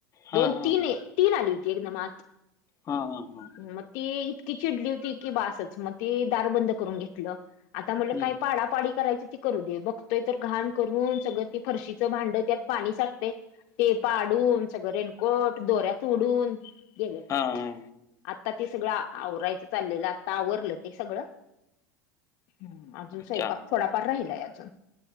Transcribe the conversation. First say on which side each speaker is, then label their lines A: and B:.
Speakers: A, on the left; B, on the left.
A: हां,
B: दोन
A: हां,
B: तीन आहे. तीन आली होती एकदम आत,
A: हा हा हा,
B: मग ती इतकी चिडली होती की बासच मग ते दार बंद करून घेतलं. आता म्हणटलं
A: हं.
B: काय पाडापाडी करायची ती करू दे बघतोय तर घाण करून सगळं ती फरशीचं भाडं त्यात? पाणी साटतय ते पाडून सगळं रेनकोट दोऱ्यात तोडुन! गेलं
A: हा हा
B: आता ते सगळं आवरायचं चाललेलं आता आवरलं ते सगळं, ह अजून
A: अच्छा
B: स्वयंपाक थोडाफार राहिलाय अजून.